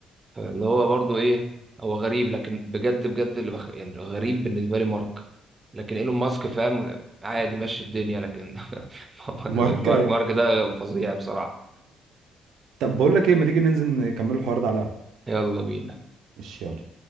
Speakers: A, on the right (about 30°); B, on the right (about 80°).
A: فاللي هو برضو ايه هو غريب لكن بجد بجد اللي بخ... يعني غريب بالنسبه لي مارك لكن ايلون ماسك فاهم عادي ماشي الدنيا لكن <laughs> مارك
B: ماركاي
A: مارك ده فظيع بصراحه
B: طب بقول لك ايه ما تيجي ننزل نكمل الحوار ده على القهوة
A: يلا بينا
B: ماشي يلا